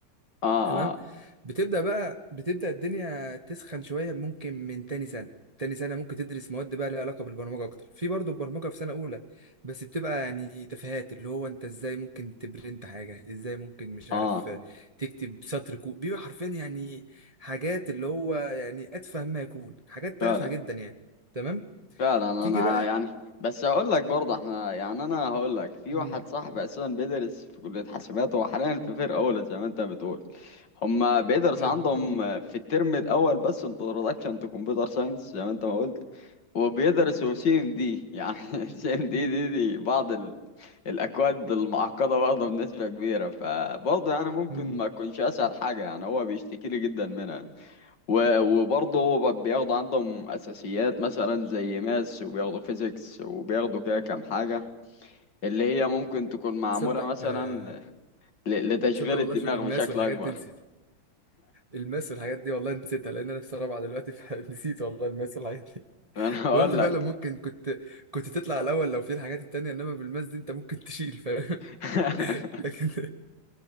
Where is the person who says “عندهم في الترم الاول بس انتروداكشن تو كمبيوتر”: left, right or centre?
Left